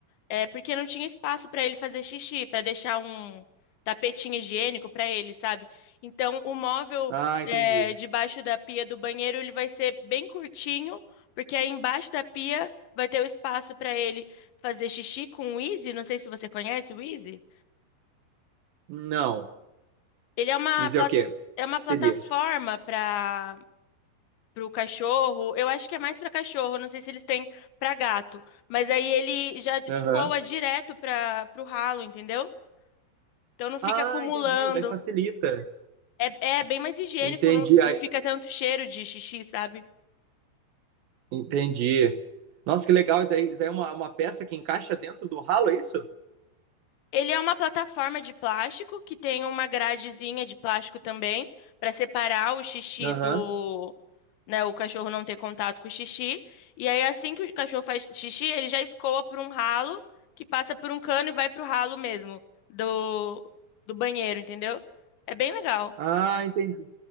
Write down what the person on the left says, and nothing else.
É porque não tinha espaço para ele fazer xixi, para deixar um tapetinho higiênico para ele, sabe? Então, o móvel
é, debaixo da pia do banheiro ele vai ser bem curtinho, porque aí embaixo da pia vai ter o espaço para ele fazer xixi com o Easy. Não sei se você conhece o Easy.
Ele é uma
pla-
é uma
plataforma
para o cachorro. Eu acho que é mais para cachorro. Não sei se eles têm para gato, mas aí ele já escoa
direto para o ralo, entendeu? Então não fica
acumulando.
É, é bem mais higiênico,
não,
não fica tanto cheiro de xixi, sabe?
Ele é uma plataforma de plástico que tem uma gradezinha de plástico também para separar o xixi
do, né, o cachorro não ter contato com o xixi. E aí assim que o cachorro faz xixi, ele já escoa por um ralo que passa por um cano e vai pro ralo mesmo do do banheiro, entendeu? É bem legal.